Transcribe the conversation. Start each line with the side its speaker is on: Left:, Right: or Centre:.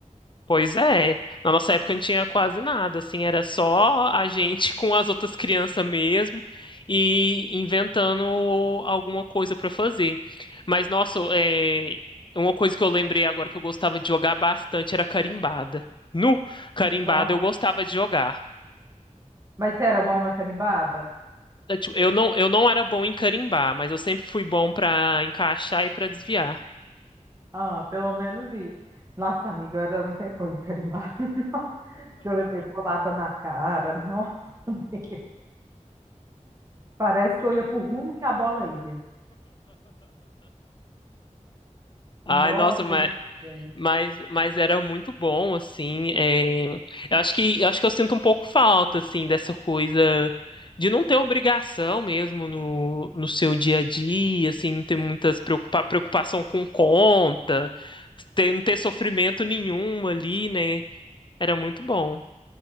Left: Pois é. Na nossa época não tinha quase nada, assim, era só a gente <laughs> com as outras crianças mesmo e inventando alguma coisa para fazer. Mas, nossa, é, uma coisa que eu lembrei agora que eu gostava de jogar bastante era carimbada. No carimbada
Right: Nossa.
Left: eu gostava de jogar.
Right: Mas você era bom na carimbada?
Left: Eu tipo, eu não, eu não era bom em carimbar, mas eu sempre fui bom para encaixar e para desviar.
Right: Ah, pelo menos isso. Nossa, amiga, eu era, não tem fogo em carimbada, <laughs> não. Eu levei bolada na cara. Nossa, <laughs> Parece que eu ia pro rumo que a bola ia.
Left: Ai,
Right: Nossa,
Left: nossa,
Right: gente.
Left: Mas, mas era muito bom, assim. é, Eu acho que, eu acho que eu sinto um pouco falta, assim, dessa coisa de não ter obrigação mesmo no, no seu dia a dia, assim, não ter muitas preocupa, preocupação com conta, ter, não ter sofrimento nenhum ali, né? Era muito bom.